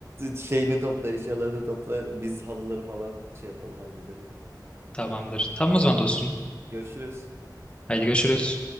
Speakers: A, on the right; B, on the left.
A: şeyini topla eşyalarını topla biz halıları falan şey yapalım halledelim.
B: <laughs> Tamamdır. Tamam o zaman dostum.
A: Görüşürüz.
B: Haydi görüşürüz.